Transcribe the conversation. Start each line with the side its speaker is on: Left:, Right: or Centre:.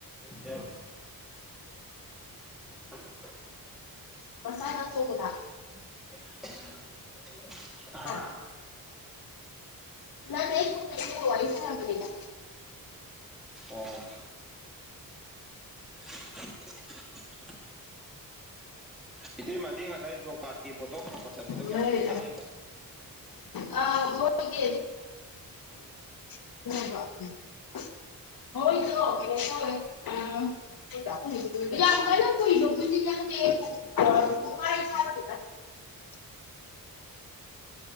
Centre: ꯌꯥꯕ ꯎ ꯑ
Left: ꯄꯁꯥꯗ ꯆꯣꯒꯂꯥꯛ
Centre: <unintelligible> ꯍꯥꯥ
Left: ꯍꯥ ꯅꯠꯇꯦ ꯑꯩ ꯁꯣꯝꯗ ꯏꯕꯦꯝꯃ ꯋꯥꯔꯤ ꯁꯥꯟꯅꯕꯅꯤꯗ
Centre: ꯑꯣ <unintelligible> ꯏꯇꯩꯃꯗꯤ ꯉꯁꯥꯏ ꯖꯣꯕ ꯀꯥꯔꯠꯀꯤ ꯐꯣꯇꯣꯄꯠ ꯐꯣꯇꯣ ꯀꯌꯥ
Left: ꯅꯣꯏ
Centre: ꯄꯤ ꯆꯠꯂꯦ
Left: ꯑꯥ ꯃꯣꯏꯒꯤ ꯍ ꯎ ꯍꯣꯏ ꯌꯥꯝ ꯀꯥꯏꯅ ꯀꯗꯦ <unintelligible>